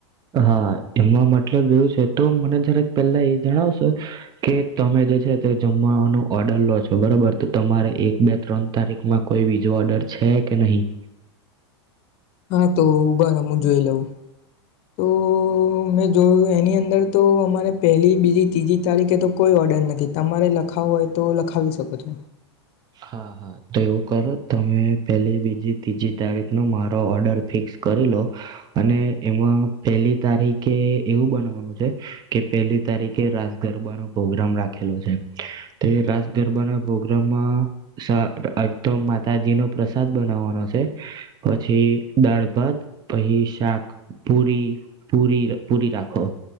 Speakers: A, on the right; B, on the left.
A: હા એમાં મતલબ એવું છે તો મને જારેક પેલા એ જણાવશો, કે તમે જે છે તે જમવાનો ઓર્ડર લો છો બરાબર તો તમારે એક બે ત્રણ તારીખમાં કોઈ બીજો ઓર્ડર છે કે નહી?
B: હા તો ઉભા ર હું જોઈ લઉં. તો મેં જોયું એની અંદર તો અમારે પહેલી બીજી ત્રીજી તારીખે તો કોઈ ઓર્ડર નથી તમારે લખાવો હોય તો લખાવી શકો છો.
A: હા હા તો એવું કરો તમે પેલી બીજી ત્રીજી તારીખ નો મારો ઓર્ડર ફિક્સ કરી લો, અને એમાં પેલી તારીખે એવું બનાવાનું છે, કે પેલી તારીખે રાસ ગરબાનો પ્રોગ્રામ રાખેલો છે, તે રાસ ગરબા ના પ્રોગ્રામમાં સા અહ આજ તો માતાજી નું પ્રસાદ બનાવવાનો છે પછી દાળ ભાત પછી શાક પૂરી પૂરી પૂરી રાખો